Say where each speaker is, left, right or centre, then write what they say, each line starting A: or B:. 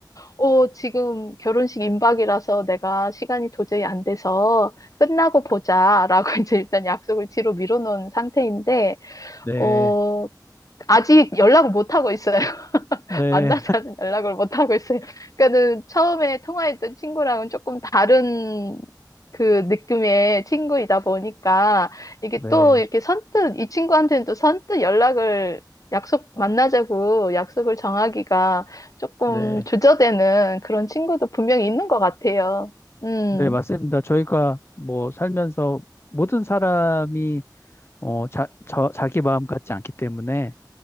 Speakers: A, on the left; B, on the left.
A: 어, 지금 결혼식 임박이라서 내가 시간이 도저히 안 돼서 끝나고 보자라고 <laughs> 이제 일단 약속을 뒤로 미뤄놓은 상태인데,
B: 네.
A: 어, 아직 연락을 못 하고 있어요.
B: 네.
A: 만나자는 <laughs> 연락을 못 하고 있어요. 그러니까는 처음에 통화했던 친구랑은 조금 다른 그 느낌의 친구이다 보니까 이게
B: 네,
A: 또 이렇게 선뜻 이 친구한테는 또 선뜻 연락을 약속 만나자고 약속을 정하기가 조금
B: 네,
A: 주저되는 그런 친구도 분명히 있는 것 같아요. 음,
B: 네, 맞습니다. 저희가 뭐 살면서 모든 사람이 어, 자, 저, 자기 마음 같지 않기 때문에